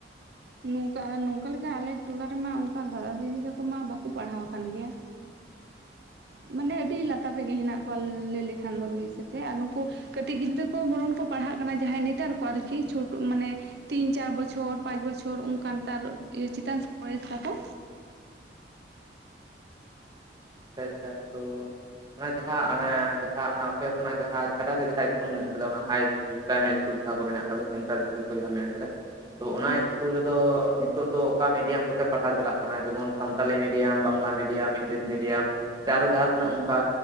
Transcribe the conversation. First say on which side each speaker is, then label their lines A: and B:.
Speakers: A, on the right (about 65°); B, on the right (about 25°).
A: ᱱᱚᱝᱠᱟ, ᱱᱚᱝᱠᱟ ᱞᱮᱠᱟ ᱟᱞᱮ ᱴᱚᱞᱟ ᱨᱮᱢᱟ ᱚᱝᱠᱟ ᱫᱟᱫᱟ, ᱫᱤᱫᱤ ᱛᱟᱠᱚ ᱢᱟ ᱵᱟᱠᱚ ᱯᱟᱲᱦᱟᱣ ᱟᱠᱟᱱ ᱜᱮᱭᱟ᱾ ᱢᱟᱱᱮ ᱟᱹᱰᱤ ᱞᱟᱛᱟᱨ ᱨᱮᱜᱮ ᱦᱮᱱᱟᱜ ᱠᱚᱣᱟ, ᱞᱟᱹᱭ ᱞᱮᱠᱷᱟᱱ ᱫᱚ ᱢᱤᱫ ᱥᱮᱫᱛᱮ, ᱟᱨ ᱱᱩᱠᱩ ᱠᱟᱹᱴᱤᱡ ᱜᱤᱫᱽᱨᱟᱹ ᱠᱚ ᱵᱚᱨᱚᱱ ᱠᱚ, ᱯᱟᱲᱦᱟᱜ ᱠᱟᱱᱟ ᱡᱟᱦᱟᱸᱭ ᱱᱮᱛᱟᱨ ᱠᱚ, ᱟᱨᱠᱤ ᱪᱷᱳᱴᱚ ᱢᱟᱱᱮ ᱛᱤᱱ ᱪᱟᱨ ᱵᱚᱪᱷᱚᱨ, ᱯᱟᱸᱪ ᱵᱚᱪᱷᱚᱨ ᱚᱱᱠᱟᱱ ᱛᱟᱨ ᱪᱮᱛᱟᱱ ᱥᱮᱱ ᱵᱚᱭᱮᱥ ᱛᱟᱠᱚ,
B: ᱟᱪᱪᱷᱟ, ᱟᱪᱪᱷᱟ, ᱛᱚ ᱚᱱᱟ ᱡᱟᱦᱟᱸ ᱚᱱᱮ ᱡᱟᱦᱟᱸ, ᱚᱱᱟ ᱟᱯᱮ ᱠᱷᱚᱱᱟᱜ ᱡᱟᱦᱟᱸ, ᱪᱷᱟᱰᱟ ᱨᱮ ᱡᱟᱦᱟᱸ ᱤᱥᱠᱩᱞ ᱞᱟᱹᱭᱠᱮᱫᱟ, ᱚᱱᱟ ᱦᱟᱭ ᱯᱨᱟᱭᱢᱟᱨᱤ ᱤᱥᱠᱩᱞ ᱡᱟᱦᱟᱸ ᱠᱚ ᱢᱮᱱᱟᱜ ᱠᱟᱫᱟ᱾ ᱥᱮᱱᱴᱟᱨ ᱤᱥᱠᱩᱞ ᱠᱚ ᱡᱟᱦᱟᱸ ᱢᱮᱱ ᱠᱮᱫᱟ, ᱛᱚ ᱚᱱᱟ
A: ᱦᱮᱸ
B: ᱤᱥᱠᱩᱞ ᱨᱮᱫᱚ ᱱᱤᱛᱚᱜ ᱫᱚ, ᱚᱠᱟ ᱢᱤᱰᱤᱭᱟᱢ ᱠᱚᱛᱮ ᱯᱟᱲᱦᱟᱣ ᱪᱟᱞᱟᱜ ᱠᱟᱱᱟ᱾ ᱠᱟᱱᱟ ᱡᱮᱢᱚᱱ Santali medium, Bangla medium, English medium? ᱥᱮ ᱟᱨᱚ ᱡᱟᱦᱟᱸ ᱛᱤᱱᱟᱹᱜ ᱚᱱᱠᱟ,